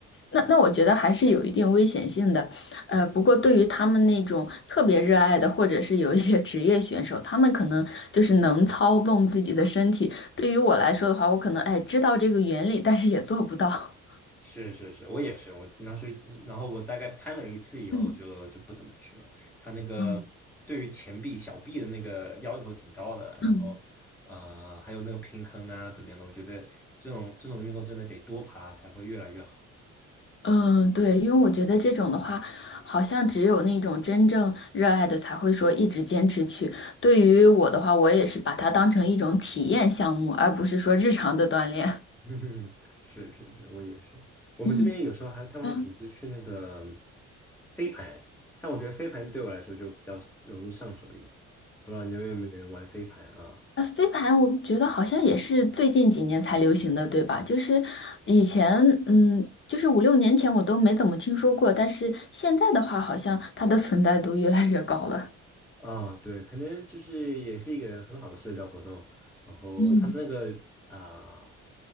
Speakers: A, on the left; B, in the centre.
A: 那那我觉得还是有一定危险性的，呃，不过对于他们那种特别热爱的，或者是有一些职业选手，他们可能就是能操纵自己的身体。对于我来说的话，我可能哎知道这个原理，但是也做不到。
B: 是是是，我也是，我那所以然后我大概攀了一次以后就就不怎么去了。
A: 嗯
B: 他那个对于前臂、
A: 嗯
B: 小臂的那个要求挺高的，
A: 嗯，
B: 然后呃还有那个平衡啊怎么样的，我觉得这种这种运动真的得多爬才会越来越好。
A: 嗯对，因为我觉得这种的话，好像只有那种真正热爱的才会说一直坚持去。对于我的话，我也是把它当成一种体验项目，而不是说日常的锻炼。
B: 嗯，<laughs> 是是是，我也是。我们这边有时候还他们还组织去那个
A: 嗯。嗯
B: 飞盘，像我觉得飞盘对我来说就比较容易上手一点，不知道你那边有没有人玩飞盘啊？
A: 呃，飞盘我觉得好像也是最近几年才流行的，对吧？就是以前，嗯，就是五六年前我都没怎么听说过，但是现在的话，好像它的存在度越来越高了。
B: 啊，对，可能就是也是一个很好的社交活动，然后它那个啊、
A: 嗯